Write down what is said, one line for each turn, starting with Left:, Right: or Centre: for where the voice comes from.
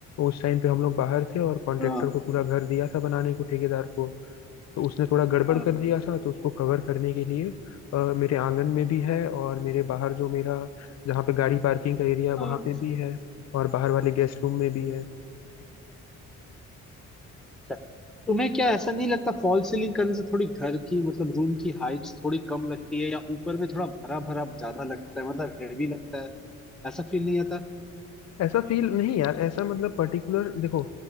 Left: उस टाइम पे हम लोग बाहर थे और कॉन्ट्रेक्टर
Centre: हाँ
Left: को पूरा घर दिया था बनाने को ठेकेदार को तो उसने थोड़ा गड़बड़
Centre: हाँ
Left: कर दिया था तो उसको कवर करने के लिए अ, मेरे आंगन में भी है और मेरे बाहर जो मेरा जहाँ पे गाड़ी पार्किंग का एरिया है वहां
Centre: हाँ।
Left: पे भी है और बाहर वाले गेस्ट रूम में भी है
Centre: अच्छा तुम्हें क्या ऐसा नहीं लगता फॉल सीलिंग करने से थोड़ी घर की मतलब रूम की हाइट थोड़ी कम लगती है या ऊपर में थोड़ा भरा भरा ज्यादा लगता है मतलब हेवी लगता है ऐसा फील नहीं आता
Left: ऐसा फील नहीं यार ऐसा मतलब पर्टिकुलर देखो